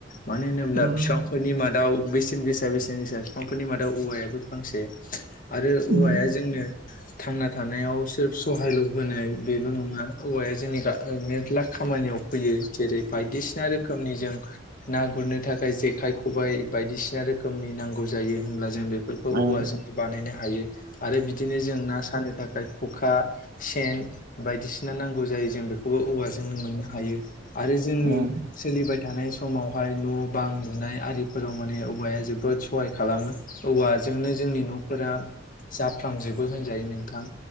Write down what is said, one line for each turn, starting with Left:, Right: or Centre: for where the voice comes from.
Left: मानो होनोब्ला
Right: उम
Left: फिफांफोरनि मादाव बेसेन गोसा बेसेन गोसा फिफांफोरनि मादाव औवायाबो फांसे आरो औवाया
Right: उम
Left: जोंनो थांना थानायाव सोर सहाय लुबैनाय बेल' नङा औवाया जोंनिखा सिख्ला खामानियाव फैयो जेरै बायदिसिना रोखोमनि जों ना गुरनो थाखाय जेखाय खबाइ बायदिसिना रोखोमनि नांगौ जायो होमब्ला जों बेफोरखौ
Right: ओं
Left: औवाजों बानायनो हायो आरो बिदिनो जों ना सानो थाखाय खखा सेन बायदिसिना नांगौ जायो जों बेखौबो औवाजो जों मोननो हायो आरो जोंनि
Right: ओं
Left: सोलिबाय थानाय समावहाय न' बां लुनाय आरिफोराव माने औवाया जोबोद सहाय खालामो। औवाजोंनो जोंनि न'फोरा जाफ्रामजोबो होनजायो नोंथां